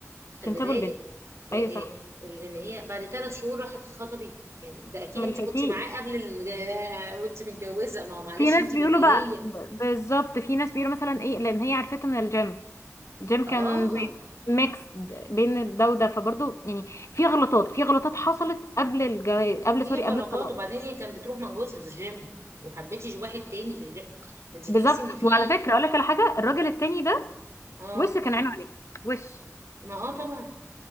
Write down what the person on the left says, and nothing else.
عشان
سابوا
البنت
ايوه
صح
ما
لحقتيش
في ناس
بيقولوا
بقى ب- بالظبط في ناس بيقولوا مثلا ايه لان هي عرفته من الجيم الجيم
كان زي ميكس بين ده وده فبرضه يعني في غلطات في غلطات حصلت قبل الجواز قبل
سوري
قبل الطلاق
بالظبط
وعلى فكره اقول لك على حاجه الراجل التاني ده
وشه كان عينه عليها وش